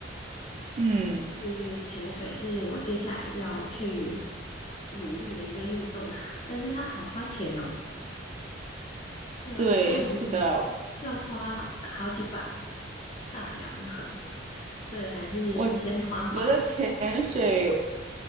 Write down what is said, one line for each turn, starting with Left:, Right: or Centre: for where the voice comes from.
Right: 嗯，
Left: 去潜水是我接下来要去努力的一个运动，<laughs> 但是它好花钱哦，就要一趟
Right: 对，是的，
Left: 就要花好好几百大洋，<laughs> 所以还是先缓缓，
Right: 我觉得潜水，